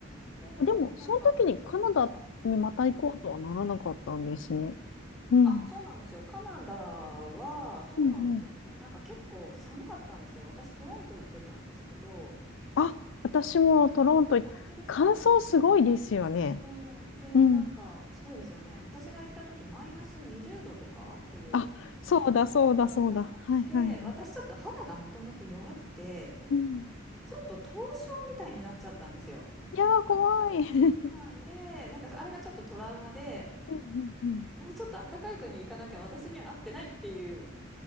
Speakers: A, in the centre; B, on the left.
A: で、
B: でも、
A: なんか、
B: その時にカナダにまた行こうとはならなかったんですね。
A: うんうん。
B: うん。
A: あ、そうなんですよ。カナダは、そうなんですよね。
B: うんうん。
A: なんか結構寒かったんですよ。私、トロント行ってたんですけど、
B: あ私もトロント行っ、
A: あ、本当ですか
B: 感想すごいですよね。
A: そう。で、
B: うん。
A: なんか、すごいですよね。私が行った時、マイナス20度とか、冬。
B: あ、そうだ、そうだ、そうだ。
A: はい。
B: はい、はい、
A: で、
B: はい。
A: 私ちょっと肌がもともと弱くて、
B: うん。
A: ちょっと凍傷みたいになっちゃったんですよ。
B: いやー、怖い。<laughs>
A: はい。で、なんかそあれがちょっとトラウマで、
B: うん、うん、うん。
A: もうちょっと暖かい国行かなきゃ私には合ってないっていう